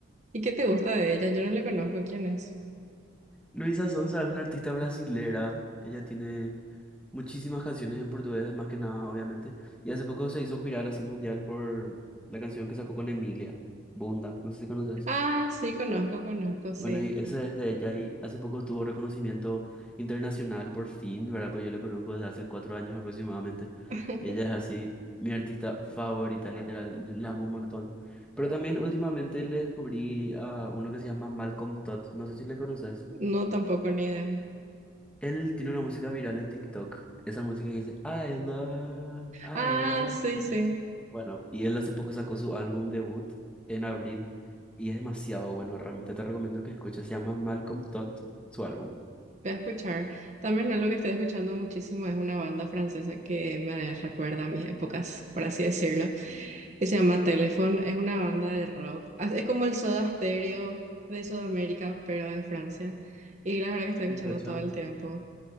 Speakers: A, on the right (about 35°); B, in the centre.
A: ¿Y qué te gusta de ella? Yo no le conozco quién es.
B: Luisa Sonza es una artista brasilera. Ella tiene muchísimas canciones en portugués, más que nada, obviamente. Y hace poco se hizo viral así mundial por la canción que sacó con Emilia, Bunda. No sé si conoces.
A: Ah, sí, conozco, conozco,
B: Bueno,
A: sí.
B: y eso es de ella y hace poco tuvo reconocimiento internacional por fin, ¿verdad? Pues yo le conozco desde hace cuatro años aproximadamente.
A: <laughs>
B: Ella es así mi artista favorita, literal, la amo un montón. Pero también últimamente le descubrí a uno que se llama Malcolm Todd, no sé si le conoces.
A: No, tampoco ni idea.
B: Él tiene una música viral en TikTok, esa música que dice I love, I
A: Ah,
B: love.
A: sí, sí,
B: Bueno, y él hace poco sacó su álbum debut en abril y es demasiado bueno, realmente te recomiendo que escuches, se llama Malcolm Todd, su álbum.
A: voy a escuchar. También algo que estoy escuchando muchísimo es una banda francesa que me recuerda a mis épocas, por así decirlo. que se llama Telephone, es una banda de rock. Ah, Es como el Soda Stereo de Sudamérica, pero de Francia. Y la verdad que estoy escuchando
B: Un Pachón.
A: todo el tiempo.